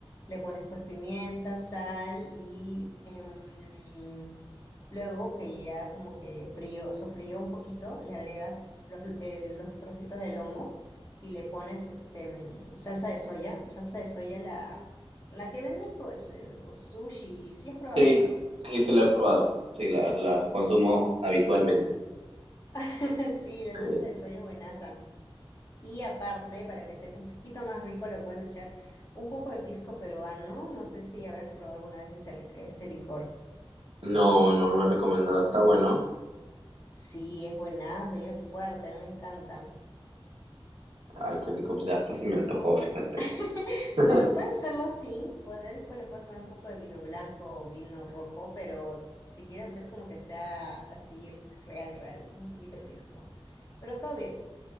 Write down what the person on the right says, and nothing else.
sí,
sí, sí, la he probado. Sí, la, la consumo habitualmente.
Sí.
No, no lo he recomendado, está bueno.
Ay, qué rico, pues ya hasta se me antojó, fíjate.
<laughs>